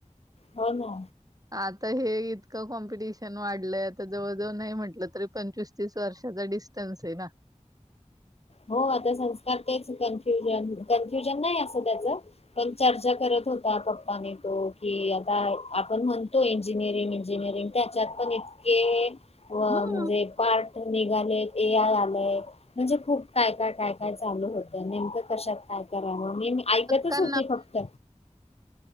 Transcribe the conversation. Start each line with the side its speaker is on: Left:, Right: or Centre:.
Left: हो ना
Right: आता हे इतकं कॉम्पिटिशन वाढलंय आता जवळ जवळ नाही म्हंटलं तरी पंचवीस तीस वर्षाचा डिस्टन्स आहे ना.
Left: हो आता संस्कार तेच कन्फ्युजन कन्फ्युजन नाही असं त्याच पण चर्चा करत होता पप्पाने तो कि आता आपण म्हणतो इंजिनियरिंग इंजिनिअरिंग त्याच्यात पण इतके व
Right: हं.
Left: म्हणजे पार्ट निघाले. ए आय आले म्हणजे खूप काय काय काय काय चालू होत. नेमकं कशात काय करावं ने ऐकतच
Right: का
Left: होते फक्त